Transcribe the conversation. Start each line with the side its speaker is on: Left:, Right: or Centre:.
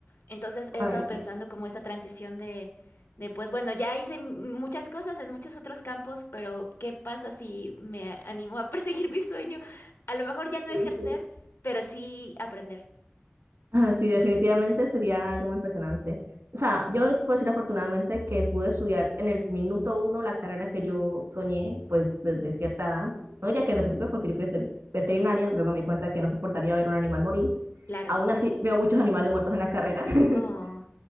Left: entonces he
Right: Ay,
Left: estado pensando
Right: sí.
Left: como esta transición de, de pues bueno, ya hice muchas cosas en muchos otros campos, pero ¿qué pasa si me animo a perseguir <laughs> mi sueño? A lo mejor ya no
Right: Sí,
Left: ejercer,
Right: sí.
Left: pero sí aprender.
Right: Ah, Sí, definitivamente sería algo muy impresionante. O sea, yo puedo decir afortunadamente que pude estudiar en el minuto uno la carrera que yo soñé, pues desde cierta edad. No diría que desde el principio, porque yo quería ser veterinaria, luego me di cuenta que no soportaría ver un animal morir.
Left: Claro.
Right: Aún Claro. así, veo muchos animales muertos en la carrera. <laughs>
Left: Oh,